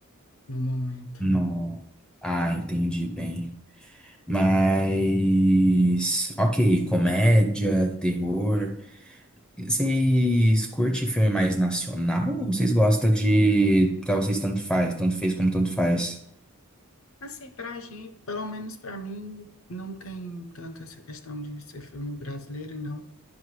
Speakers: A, on the left; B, in the centre.
A: no momento.
B: Não. Ah, entendi bem. Mas, ok, comédia, terror. Vocês curtem filme mais nacional ou vocês gostam de. Pra vocês tanto faz, tanto fez como tanto faz?
A: Assim, pra gente, pelo menos pra mim, não tem tanto essa questão de ser filme brasileiro, não.